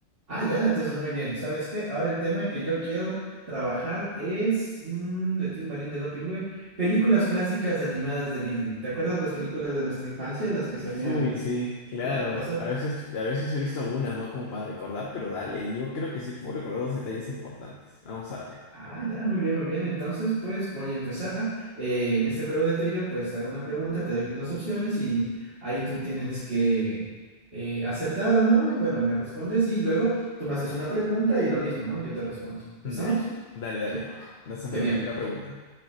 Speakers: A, on the right; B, on the left.
A: Ah, ya, entonces muy bien. ¿Sabes qué? Ahora el tema que yo quiero trabajar es mm, de Tim Marín de Dopingüe, películas clásicas animadas de Disney. ¿Te acuerdas las películas de nuestra infancia, las que sabían
B: Uy, sí, claro.
A: pasar?
B: A veces, a veces he visto algunas, ¿no? Como para recordar, pero dale, yo creo que sí puedo recordar los detalles importantes. Vamos a darle.
A: Ah, ya, muy bien, muy bien. Entonces, pues voy a empezar. Eh, en este juego de trivia, pues te hago una pregunta, te doy dos opciones y ahí tú tienes que eh, acertar o no. Y bueno, me respondes y luego tú me haces una pregunta y lo mismo, ¿no? Yo te respondo. ¿Estamos?
B: Ya, dale, dale.
A: Sí.
B: Lánzame
A: Genial.
B: la primera pregunta.